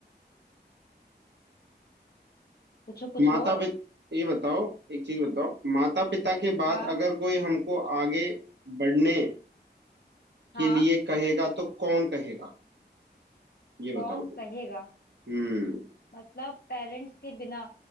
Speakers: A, on the left (about 60°); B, on the right (about 75°).
A: पूछो पूछो
B: माता पिता ये बताओ एक चीज बताओ माता पिता के बाद
A: हाँ
B: अगर कोई हमको आगे बढ़ने
A: हाँ
B: के लिए कहेगा तो कौन कहेगा ये बताओ
A: कौन
B: तुम
A: कहेगा
B: हम्म
A: मतलब पेरेंट्स के बिना